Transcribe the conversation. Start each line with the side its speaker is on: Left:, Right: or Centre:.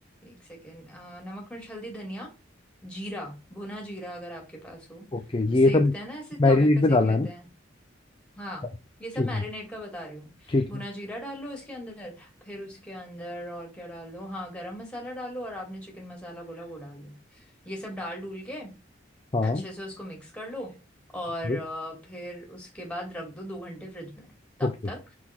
Centre: एक सेकेंड नमक मिर्च हल्दी धनिया जीरा भुना जीरा अगर आपके पास हो
Left: ओके
Centre: तो सेकते
Left: ये सब
Centre: हैं ना ऐसे
Left: मैरिनेट
Centre: तवे पे
Left: में
Centre: सेक
Left: डालना
Centre: लेते
Left: है ना
Centre: हैं हाँ
Left: हाँ,
Centre: ये सब
Left: ठीक
Centre: मैरिनेट
Left: है
Centre: का बता रही हूँ
Left: ठीक
Centre: भुना
Left: है
Centre: जीरा डाल लो इसके अंदर फिर उसके अंदर और क्या डाल लो हाँ गरम मसाला डाल लो और आपने चिकन मसाला बोला वो डाल लो ये सब डाल डूल के
Left: हाँ
Centre: अच्छे से उसको मिक्स कर लो और
Left: ओके
Centre: अ, फिर उसके बाद रख दो दो घंटे फ्रिज में तब
Left: ओके।
Centre: तक